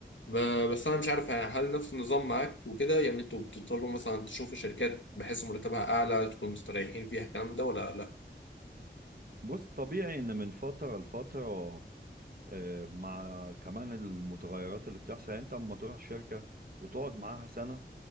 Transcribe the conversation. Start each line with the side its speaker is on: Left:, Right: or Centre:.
Left: ب- بس انا مش عارف هل نفس النظام معاك وكده يعني انتوا بتضطروا مثلا تشوفوا شركات بحيث مرتبها اعلى تكونوا مستريحين فيها الكلام ده ولا لا
Right: بص طبيعي ان من فترة لفترة آه، مع كمان المتغيرات اللي بتحصل يعني انت اما تروح شركة وتقعد معاها سنة